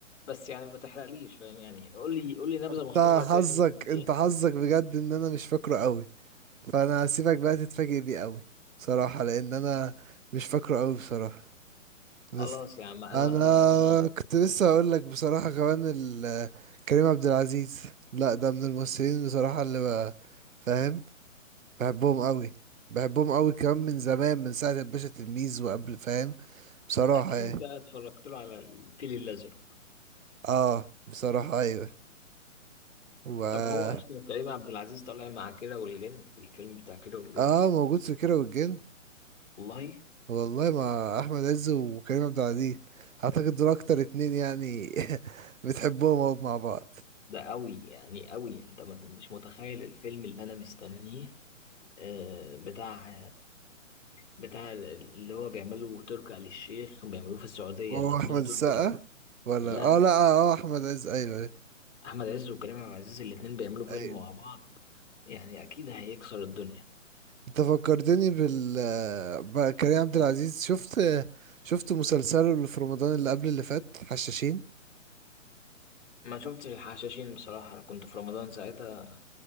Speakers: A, on the left; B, on the right.
A: بس يعني ما تحرقليش فاهم يعني قول لي قول لي نبذه
B: انت
A: مختصره كده
B: حظك
A: يمكن ايه
B: انت حظك بجد ان انا مش فاكره قوي فانا هسيبك بقى تتفاجئ بيه قوي صراحة لان انا مش فاكره قوي بصراحة بس
A: خلاص يا عم انا
B: انا
A: انا انا
B: كنت لسه هقول لك بصراحه كمان ال- كريم عبد العزيز لا ده من الممثلين بصراحه اللي ب- فاهم بحبهم قوي بحبهم قوي كمان من زمان من ساعه الباشا تلميذ وقبل فاهم بصراحه
A: اكيد
B: يعني
A: بقى اتفرجت له على الفيل الازرق
B: اه بصراحه ايوه و
A: طب هو اصلا كريم عبد العزيز طالع مع كيرة والجن في الفيلم بتاع كيرة والجن
B: اه موجود في كيرة والجن
A: والله
B: والله مع احمد عز وكريم عبد العزيز اعتقد دول اكتر اتنين يعني <laughs> بتحبهم أوي مع بعض
A: ده قوي يعني قوي انت ما- مش متخيل الفيلم اللي انا مستنيه آه، بتاع بتاع ال- ال- اللي هو بيعمله تركي آل الشيخ بيعملوه في السعودية
B: هو
A: الاتنين
B: احمد السقا
A: دول بيعمل.
B: ولا
A: لا
B: اه لا اه آه، احمد عز ايوه
A: أحمد عز وكريم عبد العزيز الاتنين بيعملوا فيلم
B: أيوة.
A: مع بعض يعني أكيد هيكسر الدنيا
B: انت فكرتني بال بقى كريم عبد العزيز شفت شفت مسلسله اللي في رمضان اللي قبل اللي فات حشاشين
A: ما شفتش الحشاشين بصراحة أنا كنت في رمضان ساعتها